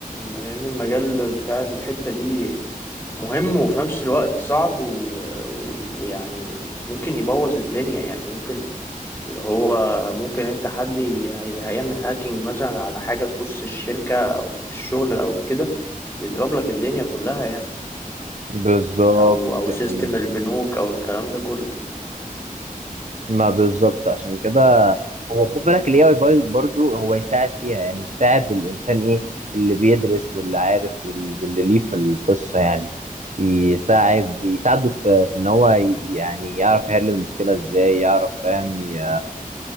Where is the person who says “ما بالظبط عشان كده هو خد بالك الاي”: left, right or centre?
Right